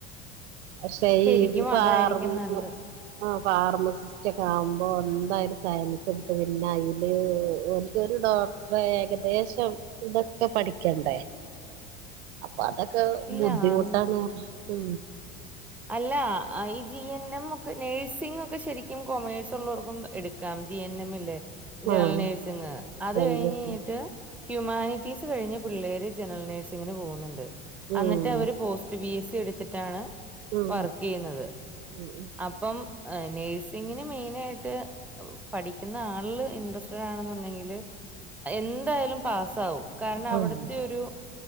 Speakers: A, on the right; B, in the centre.
A: പക്ഷെ
B: ശരിക്കും
A: ഈ ഫാർമ
B: അതായിരിക്കും നല്ലത്
A: ആ ഫാർമസിസ്റ്റ് ഒക്കെ ആവുമ്പോ എന്തായാലും സയൻസ് എടുത്ത് പിന്നെ അയില് ഓ ഡോക്ടറെ ഏകദേശം ഇതൊക്കെ പഠിക്കണ്ടേ അപ്പൊ അതൊക്കെ
B: ഇല്ല
A: ബുദ്ധിമുട്ടാണ്
B: അങ്
A: ഉ
B: അല്ല ഈ ജി എൻ എം ഒക്കെ നേഴ്സിംഗ് ഒക്കെ ശരിക്കും കൊമേഴ്സ് ഉള്ളോർക്കും എടുക്കാം ജി എൻ എം ഇല്ലേ ജനറൽ
A: ആഹ്
B: നേഴ്സിങ് അത്
A: രണ്ട്
B: കഴിഞ്ഞ്
A: ലക്ഷം
B: കഴിഞ്ഞിട്ട്. ഹ്യൂമാനിറ്റീസ് കഴിഞ്ഞ പിള്ളേര് ജനറൽ നേഴ്സിംഗിന് പോന്നൊണ്ട്.
A: ഉം
B: അന്നിട്ട് അവെര് പോസ്റ്റ് ബി എസ് സി എടുത്തിട്ടാണ്
A: ഉം
B: വർക്ക് ചെയ്യുന്നത്
A: ഉം
B: അപ്പം നേഴ്സിങ്ങിന് മെയിനായിട്ട് പഠിക്കുന്നയാളില് ഇൻട്രസ്റ്റഡാണെന്നുണ്ടെങ്കില് എന്തായാലും പാസ്സാവും. കാരണം
A: ഉം
B: അവിടെത്തെയൊരു
A: ഉം